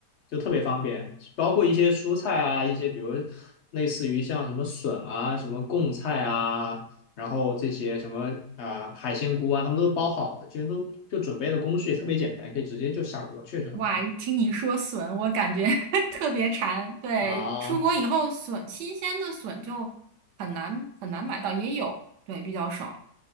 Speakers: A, on the left; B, on the right.
A: 就特别方便，包括一些蔬菜啊，一些比如类似于像什么笋啊、什么贡菜啊，然后这些什么啊、呃海鲜菇啊，他们都包好的，其实都就准备的工序也特别简单，可以直接就下锅，确实很方便
B: 哇，一听你说笋，我感觉 <laughs> 特别馋。对，
A: 啊。
B: 出国以后笋，新鲜的笋就很难很难买到，也有，对，比较少。